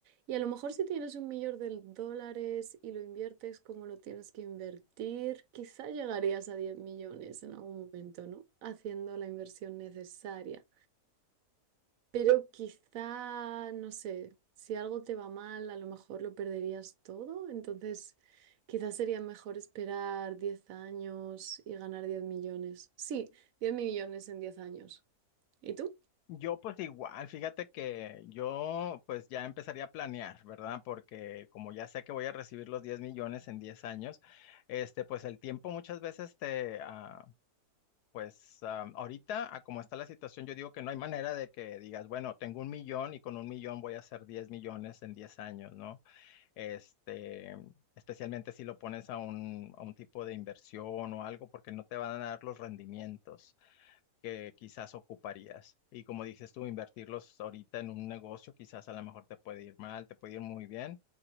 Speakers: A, on the right; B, on the left.
A: Y a lo mejor si tienes un millón de dólares y lo inviertes como lo tienes que invertir, quizá llegarías a 10 millones en algún momento, ¿no? Haciendo la inversión necesaria. Pero quizá, no sé, si algo te va mal, a lo mejor lo perderías todo. Entonces, quizás sería mejor esperar 10 años y ganar 10 millones. Sí, 10 millones en 10 años. ¿Y tú?
B: Yo pues igual, fíjate que yo pues ya empezaría a planear, ¿verdad? Porque como ya sé que voy a recibir los 10 millones en 10 años, este pues el tiempo muchas veces te, ah, Pues am, ahorita, a como está la situación, yo digo que no hay manera de que digas, bueno, tengo un millón y con un millón voy a hacer 10 millones en 10 años, ¿no? Este, especialmente si lo pones a un, a un tipo de inversión o algo, porque no te van a dar los rendimientos que quizás ocuparías. Y como dices tú, invertirlos ahorita en un negocio, quizás a lo mejor te puede ir mal, te puede ir muy bien,